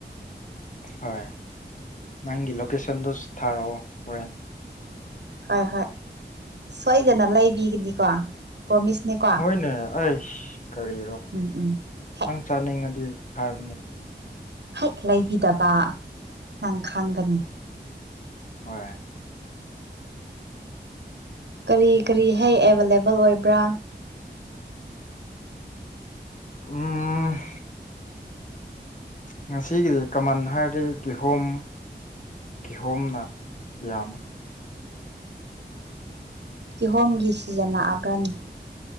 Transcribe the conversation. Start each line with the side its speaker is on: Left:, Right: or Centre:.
Left: ꯍꯣꯏ ꯅꯪꯒꯤ ꯂꯣꯀꯦꯁꯟꯗꯨ ꯊꯥꯔꯛꯑꯣ ꯍꯣꯔꯦꯟ
Right: ꯍꯣꯏ ꯍꯣꯏ ꯁꯣꯏꯗꯅ ꯂꯩꯕꯤꯒꯅꯤꯀꯣ ꯄꯣꯃꯤꯁꯅꯦꯀꯣ
Left: ꯍꯣꯏꯅꯦ ꯑꯁ ꯀꯔꯤ
Right: ꯎꯝ ꯎꯝ ꯍꯦꯛ
Left: ꯅꯪ ꯆꯥꯅꯤꯡꯉꯗꯤ ꯍꯥꯏꯕꯅꯦ
Right: ꯍꯦꯛ ꯂꯩꯕꯤꯗꯕ ꯅꯪ ꯈꯪꯒꯅꯤ
Left: ꯍꯣꯏ
Right: ꯀꯔꯤ ꯀꯔꯤ ꯍꯩ ꯑꯦꯕꯥꯏꯂꯦꯕꯜ ꯑꯣꯏꯕ꯭ꯔꯥ
Left: ꯎꯝ ꯉꯁꯤꯒꯤꯗꯤ ꯀꯃꯟ ꯍꯥꯏꯔꯗꯤ ꯀꯤꯍꯣꯝ ꯀꯤꯍꯣꯝꯅ ꯌꯥꯝꯃꯤ
Right: ꯀꯤꯍꯣꯝꯒꯤ ꯁꯤꯖꯤꯟ ꯅꯛꯑꯕ꯭ꯔꯅꯦ